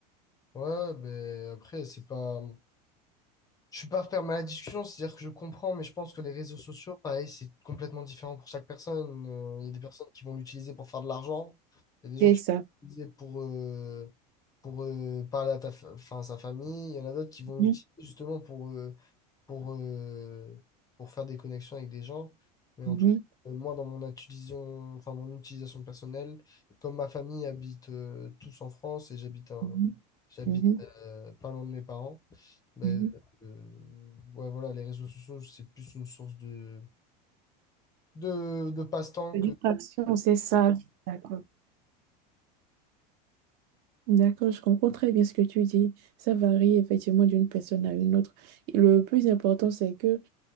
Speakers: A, on the left (about 15°); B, on the right (about 50°).
A: Ouais, ben après, c'est pas. Je suis pas fermé à la discussion, c'est-à-dire que je comprends, mais je pense que les réseaux sociaux, pareil, c'est complètement différent pour chaque personne. Euh, Il y a des personnes qui vont l'utiliser pour faire de l'argent, il y a des
B: C'est
A: gens qui
B: ça.
A: vont l'utiliser pour, euh, pour euh, parler à ta fa- enfin, à sa famille, il y en a d'autres qui vont
B: Mhm,
A: l'utiliser justement pour, euh, pour, euh, pour faire des connexions avec des gens. Mais
B: mhm,
A: en tout cas, euh, moi, dans mon utilisation, enfin, mon utilisation personnelle, comme ma famille habite euh, tous en France et j'habite un-
B: mhm,
A: j'habite
B: mhm,
A: euh, pas loin de mes parents. Ben,
B: mhm.
A: euh, euh, ouais, voilà, les réseaux sociaux, c'est plus une source de, de, de passe-temps
B: La
A: que...
B: Distraction, c'est ça. D'accord. D'accord, je comprends très bien ce que tu dis. Ça varie effectivement d'une personne à une autre. Et le plus important, c'est que